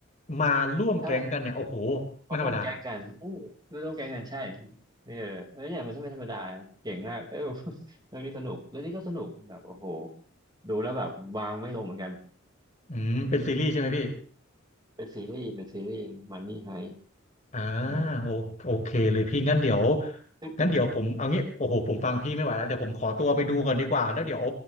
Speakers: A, on the left; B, on the right.
A: มาร่วมแก๊งกันเนี่ยโอ้โห
B: ใช่เขาร่วมแก๊งกันเออ
A: ไม่ธรรมดา
B: ร่วมแก๊งกันใช่เออแล้วเนี่ยมันไม่ธรรมดาเก่งมากเออ <laughs> เรื่องนี้สนุกเรื่องนี้ก็สนุกแบบโอ้โหดูแล้วแบบวางไม่ลงเหมือนกัน
A: อืมเป็นซีรีส์ใช่ไหมพี่
B: เป็นซีรีส์เป็นซีรีส์มันนี่ไฮ
A: อ่า
B: ได้
A: โอโอเคเลยพี่งั้นเดี๋ยว
B: <laughs>
A: งั้นเดี๋ยวผมเอางี้โอ้โหผมฟังพี่ไม่ไหวแล้วเดี๋ยวผมขอตัวไปดูก่อนดีกว่าแล้วเดี๋ยว